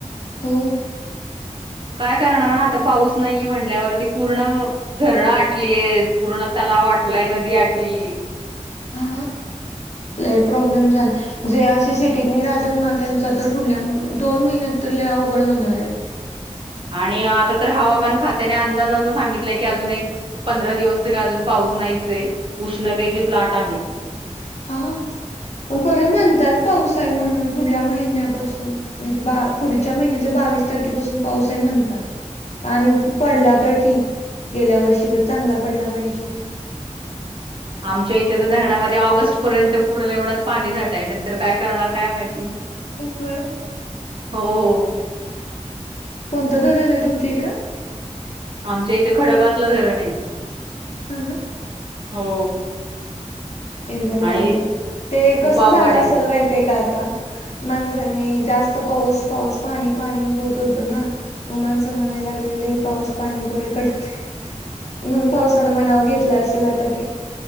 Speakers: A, on the left; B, on the right.
A: हो.
B: काय करणार ना आता पाऊस नाहीये म्हणल्यावरती पूर्ण धरणं आटलीयेत पूर्ण तलाव आटलाय नदी आटली
A: हा लय प्रॉब्लेम झाल जे असे सिटीतनी राहतात ना त्यांचा तर पुढल्या अम दोन महिन्यात तर लय अवघड व्हणार हे.
B: आणि अ आता तर हवामान खात्याने अंदाज असा सांगितलाय की अजून एक पंधरा दिवस तरी अजून पाऊस नाहीच उष्णतेचीच लाट आहे.
A: आ अपरत म्हणत्यात पाऊस आहे म्हणून पुढल्या महिन्यापासून म्हणजे बा पुढच्या महिन्यातल्या बावीस तारखेपासून पाऊस आहे म्हणतात आणि क पडला तर ठीक गेल्या वर्षी गत चांगला पडला पाहिजे.
B: आमच्या इथे तर धरणामध्ये ऑगस्ट पर्यंत पुरल एवढाच पाणी साठाय नंतर काय करणार काय माहिती
A: उफ व्हय.
B: हो ओ.
A: कोणतं धरण हे तुमच्या इकडं?
B: आमच्या इथे खडक वासला धरण हे.
A: हा ना.
B: हो.
A: यंदा लय
B: आणि
A: अवघड ते
B: खूप
A: कस
B: अवघड
A: झालं
B: आहे.
A: असल माहितीय का आता माणसांनी जास त पाऊस पाऊस पाणी पाणी होत होतं ना म माणसं म्हणाय लागलेले पाऊस पाणी बळ कट तय म्हणू पावसानं मनाव घेतला असेल आता की